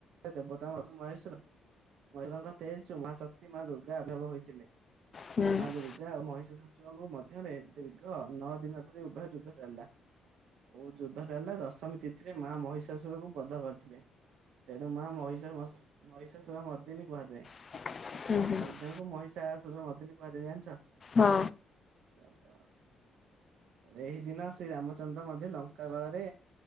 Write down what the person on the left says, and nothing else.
ହୁଁ
<inaudible>
ହଁ।